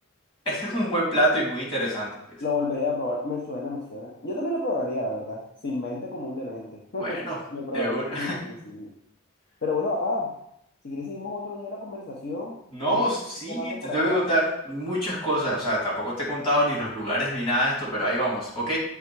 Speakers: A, on the left; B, on the left.
A: es que es un buen plato y muy interesante, pues.
B: Lo volveré a probar. Me suena, me suena. Yo también lo probaría, la verdad. Sin mente como un demente. <laughs>
A: Bueno,
B: Lo probaría
A: de una.
B: muchísimo. Pero bueno, papá, si quieres seguimos otro día la conversación.
A: No,
B: Ya justamente
A: sí,
B: me estoy llamando
A: te
B: por
A: tengo
B: acá.
A: que contar muchas cosas. O sea, tampoco te he contado ni los lugares ni nada de esto, pero ahí vamos. Ok.